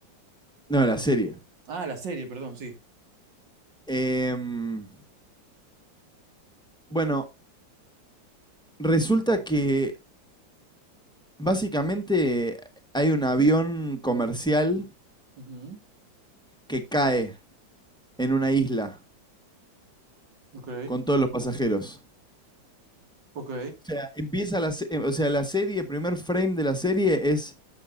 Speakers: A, in the centre; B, on the right.
A: No, la serie.
B: Ah, la serie, perdón, sí.
A: Em, bueno, resulta que básicamente hay un avión comercial
B: Ujú, ujú.
A: que cae en una isla
B: Ok,
A: con todos los pasajeros.
B: ok,
A: sea, empieza la, se- o sea, la serie, el primer frame de la serie es